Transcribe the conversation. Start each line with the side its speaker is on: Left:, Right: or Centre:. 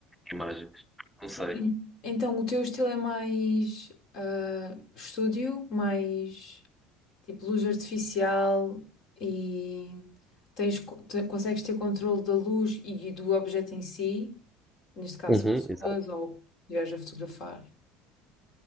Centre: imagens.
Left: Sim.
Centre: Não sei.
Left: Então, o teu estilo é mais ah, estúdio, mais. tipo luz artificial e tens, co- te- consegues ter controle da luz e do objeto em si, neste caso
Centre: Uhum,
Left: pessoas
Centre: exato.
Left: ou viajas a fotografar.